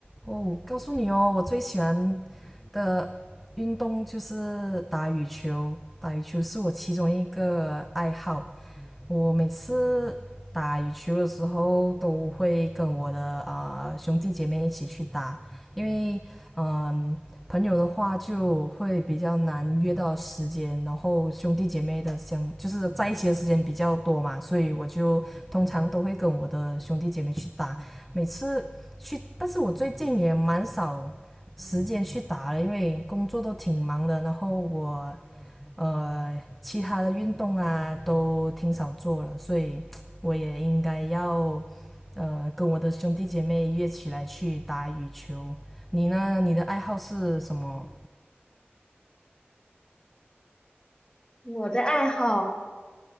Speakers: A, in the centre; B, on the left.
A: 哦，告诉你哦，我最喜欢的运动就是打羽球，打羽球是我其中一个爱好。我每次打羽球的时候都会跟我的啊、呃兄弟姐妹一起去打，因为嗯、呃朋友的话就会比较难约到时间，然后兄弟姐妹的相就是在一起的时间比较多嘛，所以我就通常都会跟我的兄弟姐妹去打。每次去，但是我最近也蛮少时间去打了，因为工作都挺忙的，然后我呃，其他的运动啊都挺少做了，所以我也应该要呃跟我的兄弟姐妹约起来去打羽球。你呢？你的爱好是什么？
B: 我的爱好，